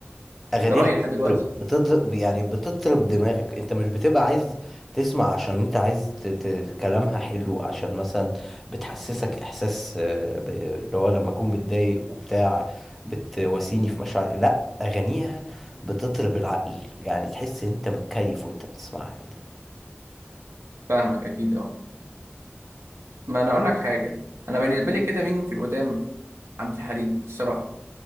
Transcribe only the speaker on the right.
ده رأيي لحد دلوقتي
فاهمك أكيد آه ما أنا أقول لك حاجة أنا بالنسبة لي كده مين في القدام؟ عبد الحليم الصراحة